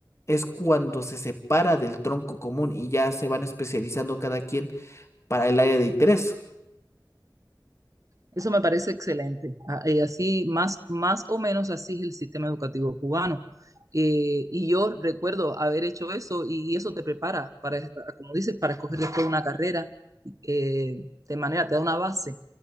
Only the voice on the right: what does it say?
Eso me parece excelente. A- eh, así, más, más o menos así es el sistema educativo cubano. Eh, y yo recuerdo haber hecho eso y eso te prepara para, como dices, para escoger después una carrera eh, de manera, te da una base